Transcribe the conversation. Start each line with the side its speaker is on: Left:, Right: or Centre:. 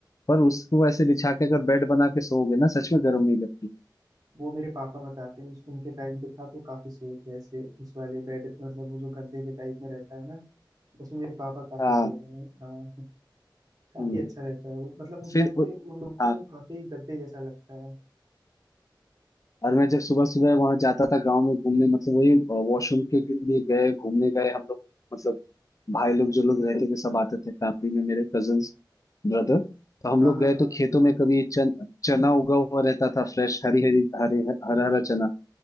Left: पर उसको ऐसे बिछा के अगर बेड बना के सोओगे ना सच में गर्म नहीं लगती
Right: वो मेरे पापा बताते हैं उस- उनके टाइम पे था तो काफी सोए थे ऐसे उस वाले बेड मतलब वो जो गद्दे के टाइप में रहता है ना उसमें मेरे पापा काफी
Left: हाँ
Right: सोए हैं हाँ काफी
Left: हम्म।
Right: अच्छा रहता है वो मतलब उस
Left: फिर
Right: टाइम
Left: उ-
Right: पे उन लोग को
Left: हाँ
Right: काफी गद्दे जैसा लगता है
Left: और मैं जब सुबह सुबह वहां जाता था गांव में घूमने मतलब वही वॉशरूम के लिए गए घूमने गए हम लोग मतलब भाई लोग जो लोग रहते थे सब आते थे फैमिली में मेरे कजन्स ब्रदर तो हम
Right: हाँ
Left: लोग
Right: हाँ
Left: गए
Right: हाँ
Left: तो खेतों में कभी चन, चना उगा हुआ रहता था फ्रेश हरी हरी हरे हरा हरा चना